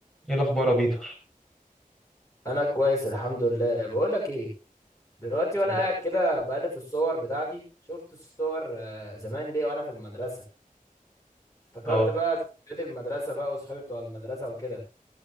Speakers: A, in the centre; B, on the left.
A: ايه الاخبار يا بيتر
B: انا كويس الحمد لله بقول لك ايه دلوقتي
A: مين
B: وانا
A: يا
B: قاعد
A: باشا
B: كده بقلب في الصور بتاعتي شفت الصور آه، زمان ليه وانا في المدرسه افتكرت
A: اه
B: بقى ذكريات المدرسه بقى واصحابي بتوع المدرسه وكده